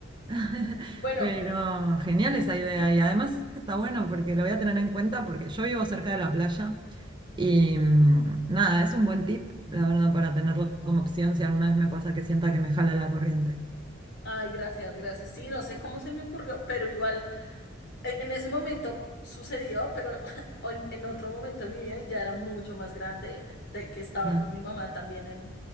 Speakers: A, on the right; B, on the left.
A: <laughs>
B: bueno.
A: Pero genial esa idea y además está bueno porque lo voy a tener en cuenta porque yo vivo cerca de la playa y mm, nada, es un buen tip, la verdad, para tenerlo como opción si alguna vez me pasa que sienta que me jala la corriente.
B: Ay, gracias, gracias. Sí, no sé cómo se me ocurrió, pero igual. e- en ese momento sucedió, pero <laughs> en, en otro momento de mi vida y ya era mucho más grande, de que estaba
A: Ah,
B: con mi mamá también en,